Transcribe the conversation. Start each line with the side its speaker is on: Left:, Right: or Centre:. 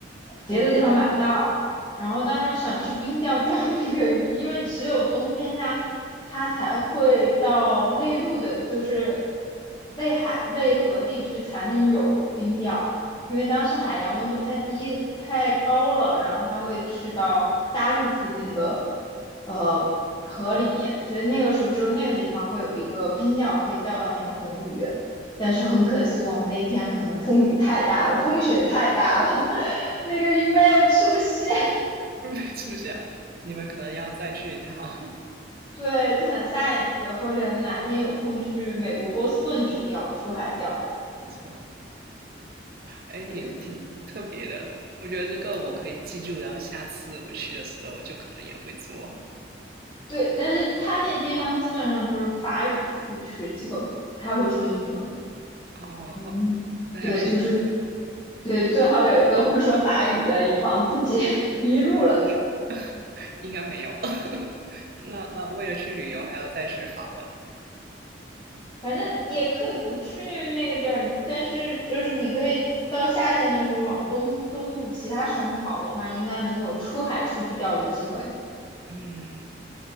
Left: 别的地方买不到。
Right: 哦，
Left: 然后当时想去冰钓钓 <laughs> 那个鱼，因为只有冬天家它才会到内陆的，就是内海内河地区才能有冰钓。因为当时海洋温度太低太高了，然后它会去到大陆附近的呃河里面，所以那个时候只有那个地方会有一个冰钓可以钓到那个红鱼。但是很可惜，我们那天可能风雨太大了，风雪太大了，<laughs> 那个鱼没有出现。
Right: 没出现，你们可能要再去一趟。<laughs>
Left: <laughs> 对，就想下一次或者哪天有空去美国波士顿去钓，出海钓。
Right: 没错，哎，
Left: 对
Right: 挺挺特别的，我觉得这个我可以记住，然后下次我去的时候就可能也会做。
Left: 对，但是他那地方基本上就是法语副区，基本不太会说英文。
Right: 哦，
Left: 嗯，
Right: 那要先学，
Left: 对，就是对，最好有一个会说法语的，以防自己 <laughs> 迷路了。
Right: 应该应该没有。<laughs> 那那为了去旅游还要再学法文，
Left: 反正也可以不去那个地儿，但是就是你可以到夏天的时候往东东部其他省跑的话，应该能有出海出去钓的机会。
Right: 嗯，<laughs>